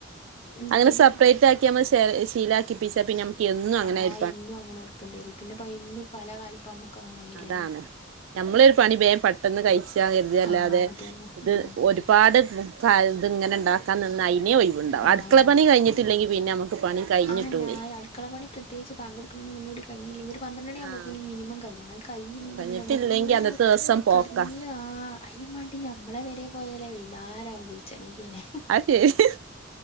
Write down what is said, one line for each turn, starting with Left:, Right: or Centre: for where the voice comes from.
Left: ഉം
Right: അങ്ങനെ
Left: പിന്നെ
Right: സപ്പ്റേറ്റ് ആ ഇത് നമ്മൾ ശീലാക്കി പ്പിച്ചാ പിന്നെ നമുക്ക് എന്നും അങ്ങനെ
Left: ആഹ്
Right: ആയി
Left: എന്നും അങ്ങനെ കൊടുക്കേണ്ട്യേരും. പിന്നെ പയന്നും കലാകാലും ഇപ്പം അമ്മക്ക് അങ്ങനെ കഴിലല്ലോ.
Right: അതാണ് നമ്മളൊരു പണി ബേം പെട്ടെന്ന് കഴിച്ചാ കരുത അല്ലാതെ
Left: ആഹ് അതന്നെ
Right: ഇത്.
Left: ഉം
Right: ഒരുപാട് ക ഇത് ങ്ങനെ ഇണ്ടാക്കാൻ നിന്നാ അയിനേ ഒയിവ്ണ്ടാവ്
Left: ആഹ്
Right: അടുക്കള പനി കഴിഞ്ഞിട്ട് ട്ടല്ലെങ്കിൽ പിന്നെ മ്മക്ക് പണി കഴിഞ്ഞിട്ടൂലേ
Left: ആഹ് ഞായി അട്ക്കള പണി പ്രത്യേകച്ച് പാങ്ക കൊടുക്കണന് മുന്നൂടി കയിഞ്ഞിലെങ്കി ഒരു പന്ത്രണി ആവുമ്പോക്കക്കി
Right: ആഹ്
Left: മിനിമം കയ്യണേ കഴിഞ്ൽങ്കി
Right: കഴിഞ്ഞിട്ടില്ലെങ്കി
Left: പിന്നെമക്ക് ഇങ്ങനെ
Right: അന്നത്തെ ദിവസം പോക്കാ
Left: കെടന്ന് ആ അയിനു മാണ്ടി ഞമ്മളെ വരെ പോയലെ വെയ്നാരാവും കുൾ ച്ചണെങ്കിന്നെ
Right: അത് ശരി